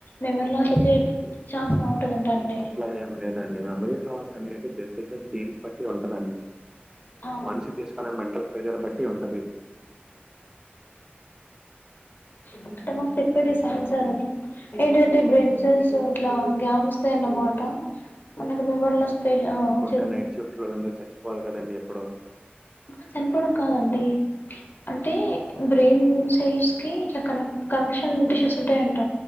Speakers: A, on the left; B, on the right.
A: మెమరీ లాస్ వచ్చే ఛాన్స్ బాగుంటందంట అండి
B: అట్లా లేదండి మెమరీ లాస్ అనేది బెస్ గ గేమ్ బట్టి ఉంటదండి,
A: ఆ
B: మనిషి తీసుకునే మెంటల్ ప్రెజర్ బట్టి ఉంటది
A: అంటె మాకు చెప్పేది సైన్స్ సారది ఏంటిదంటె
B: ఉమ్.
A: బ్రెయిన్ సెల్స్ ఇట్లా గ్యాప్ వస్తాయన్నమాట మనకి మెమరీ లాస్ పేషంట్ హా
B: ఉంటే నైట్ షిఫ్ట్ లొల్లన్దరు చచ్చిపోవాలి గదండి ఎప్పుడో
A: అహ్ చనిపోవడం కాదండి అంటే బ్రెయిన్ సెల్స్ కి ఇట్లా కనెక్ కనెక్షన్ టిష్యూస్ ఉంటాయంట